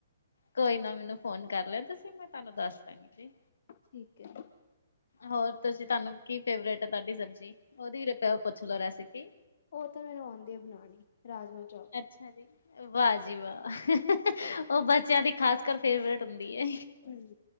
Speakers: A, on the left (about 75°); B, on the left (about 55°).
A: ਕੋਈ ਨਾਂ ਮੈਨੂੰ ਫੋਨ ਕਰ ਲੇਣਾ ਤੁਸੀਂ, ਮੈਂ ਤੁਹਾਨੂੰ ਦੱਸ ਦਾਂਗੀ।
B: ਠੀਕ ਐ।
A: ਹੋਰ ਤੁਸੀਂ ਤੁਹਾਨੂੰ ਕੀ ਫੇਵਰੇਟ ਐ ਤੁਹਾਡੀ ਸਬਜ਼ੀ, ਉਹਦੀ ਪੁੱਛ ਲੋੋ ਰੈਸਪੀ
B: ਉਹ ਤਾਂ ਮੈਨੂੰ ਆਉਂਦੀ ਆ ਬਣਾਉਣੀ, ਰਾਜਮਾ ਚਾਵਲ।
A: ਅੱਛਾ ਵਾਹ ਜੀ, ਵਾਹ <unintelligible> ਉਹ ਬੱਚਿਆਂ ਦੀ ਖਾਸ ਕਰ ਫੇਵਰੇਟ ਹੁੰਦੀ ਏ।
B: ਹਂ,